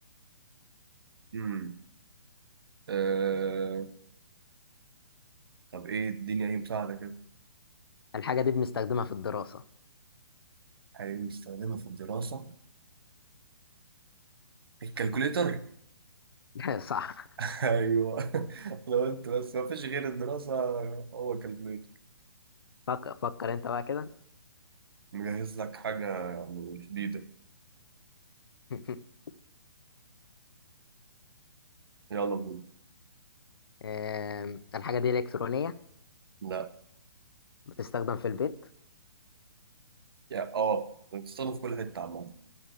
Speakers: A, on the right (about 65°); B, on the left (about 65°).
A: مم. آه... طب ايه الدنيا اي مساعدة كده
B: الحاجة دي بنستخدمها في الدراسة
A: حاجة بنستخدمها في الدراسة الكالكوليتر
B: <laughs> صح
A: <laughs> ايوه انا قلت بس ما فيش غير الدراسة هو الكالكوليتر
B: فكر فكر انت بقى كده
A: مجهز لك حاجة يعني جديدة
B: <laughs>
A: يلا بينا
B: آم، الحاجة دي إلكترونية
A: لا
B: بتستخدم في البيت
A: يا اه بتستخدم في كل حتة عامة